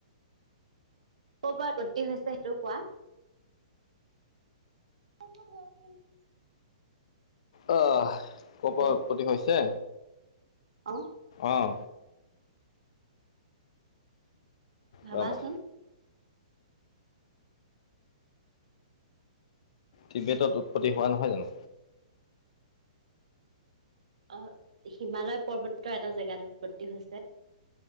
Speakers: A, on the right; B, on the left.
A: ক'ব প্ৰতিত্তি হৈছে সেইটোও কোৱা গ
B: আহ ক' পৰা
A: হেল্ল'
B: উৎপত্তি হৈছে
A: অঁ
B: আহ
A: ভাবাচোন
B: ৰ'বা টিবেটত উৎপ্তি হোৱা নহয় জানো
A: অ হিমালয় পৰ্বতৰ এটা জেগাত উৎপত্তি হৈছে